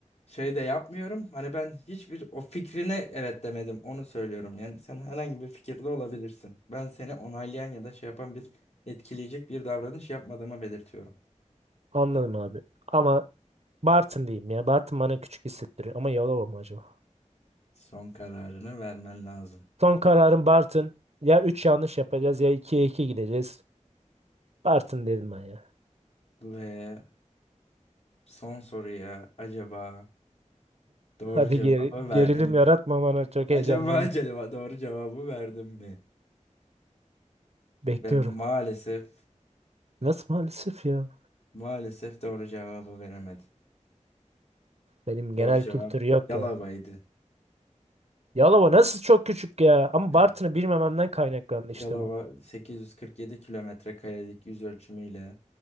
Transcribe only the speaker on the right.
Anladım abi. Ama Bartın diyeyim ya. Bartın bana küçük hissettiriyor. Ama Yalova mı acaba?
Son kararım Bartın. Ya 3 yanlış yapacağız ya 2'ye 2 gideceğiz. Bartın dedim ben ya.
Hadi
geri-
gerilim yaratma
bana. Çok
heyecanlandım.
Bekliyorum.
Nasıl maalesef ya?
Benim genel
kültür yok
ya. Yalova nasıl çok küçük ya? Ama
Bartın'ı bilmememden kaynaklandı işte
bu.